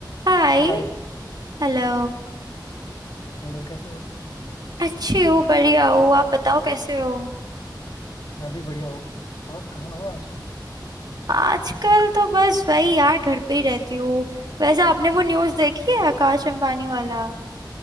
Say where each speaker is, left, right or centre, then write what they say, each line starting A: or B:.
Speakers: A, on the right; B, on the left.
A: हाय
B: हाय
A: Hello
B: Hello कैसे हो
A: अच्छी हो बढ़िया हो आप बताओ कैसे हो
B: मैं भी बढ़िया हूँ और कहाँ हो आजकल
A: आजकल तो बस वही यार घर पे ही रहती हूँ वैसे आपने वो न्यूज़ देखी है आकाश अंबानी वाला